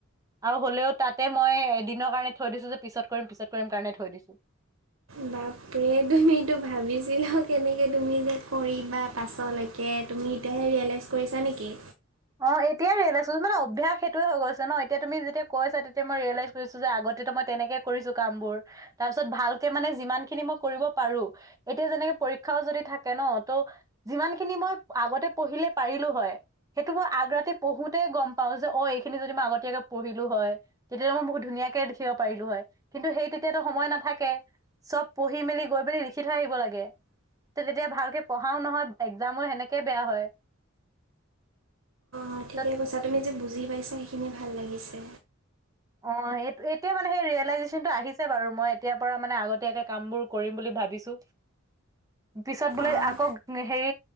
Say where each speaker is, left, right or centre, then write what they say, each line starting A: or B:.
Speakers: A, on the right (about 15°); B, on the right (about 80°).
A: আৰু হ'লেও তাতে মই এদিনৰ কাৰণে থৈ দিছো যে পিছত কৰিম পিছত কৰিম কাৰণে থৈ দিছো।
B: বাপৰে তুমিতো ভাবিছিলা কেনেকে তুমি যে কৰি বা পাছলৈকে- কে তুমি এতিয়াহে ৰিয়েলাইজ কৰিছা নেকি?
A: অ এতিয়াই ৰিয়েলাইজ মানে অভ্যাস সেইটোয়ে হৈ গৈছে ন, এতিয়া তুমি যেতিয়া কৈছা তেতিয়াই মই ৰিয়েলাইজ- কৈছো যে আগতে মই তেনেকে কৰিছো কাম বোৰ, তাৰ পিছত ভালকে মানে যিমান খিনি মই কৰিব পাৰো। এতিয়া যেনেকে পৰীক্ষাও যদি থাকে ন, ত' যিমান খিনি মই আগতে পঢ়িলে পাৰিলো হয়। সেইটো মই আগ্ৰতি পঢ়োতে গম পাওঁ যে, অ এইখিনি যদি মই আগতীয়াকে পঢ়িলো হয়। তেতিয়লে মই বহুত ধুনীয়াকে দেখিব পাৰিলো হয়, কিন্তু সেই তেতিয়াতো সময় নাথাকে। চব পঢ়ি মেলি গৈ মেলি লিখি থৈ আহিব লাগে। তেতিয়া ভালকে পঢ়াও নহয়, একজামো সেনেকে বেয়া হয়।
B: অঁ ঠিকে
A: ত
B: কৈছা, তুমি যে বুজি পাইছা সেইখিনি ভাল লাগিছে।
A: অ' সেইট এতিয়া মানে সেই ৰিয়েলাইজেচনটো আহিছে বাৰু মই এতিয় পৰা মানে আগতীয়াকে কাম বোৰ কৰিম বুলি ভাবিছো। <unintelligible> পিছত বোলে
B: অঁ
A: আকৌ হেৰি